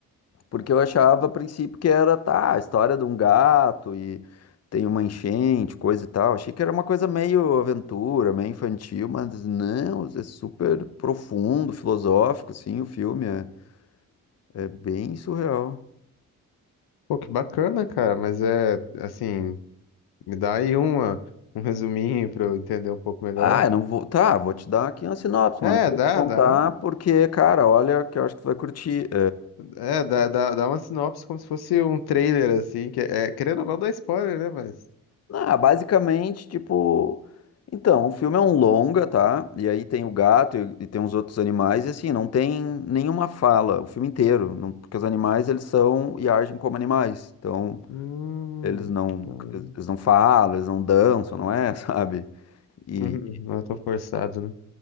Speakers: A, on the left; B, on the left.
A: Porque eu achava a princípio que era, tá, a história de um gato e tem uma enchente, coisa e tal. Achei que era uma coisa meio aventura, meio infantil, mas não, é super profundo, filosófico, sim, o filme é, é bem surreal.
B: Pô, que bacana, cara. Mas é assim, me dá aí uma, um resuminho pra eu entender um pouco melhor.
A: Ah, eu não vou. Tá, vou te dar aqui uma sinopse,
B: É,
A: mano. Não
B: dá,
A: vou te contar
B: dá.
A: porque, cara, olha que eu acho que tu vai curtir.
B: É, dá, dá, dá uma sinopse como se fosse um trailer, assim, que é, querendo ou não, dá spoiler, né? Mas.
A: Ah, basicamente, tipo. Então, o filme é um longa, tá? E aí tem o gato e, e tem uns outros animais, e assim, não tem nenhuma fala, o filme inteiro, não- porque os animais, eles são e agem como animais. Então,
B: Hum.
A: eles não,
B: Não,
A: eles não falam, eles não dançam, não é, <laughs> sabe? E,
B: Uhum, não é tão forçado, né?